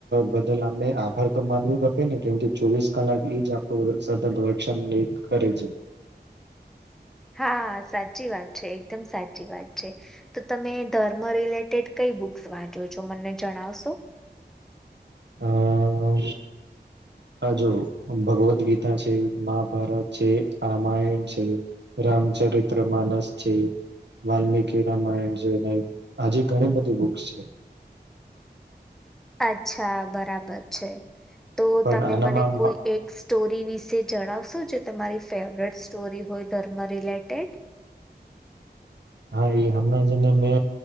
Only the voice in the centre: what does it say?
હા સાચી વાત છે એકદમ સાચી વાત છે તો તમે ધર્મ રિલેટેડ કઈ બુક્સ વાંચો છો મને જણાવશો
અચ્છા બરાબર છે તો
તમે
મને કોઈ એક સ્ટોરી વિશ વિષે જણાવશો જે તમારી ફેવરેટ સ્ટોરી હોય ધર્મ રિલેટેડ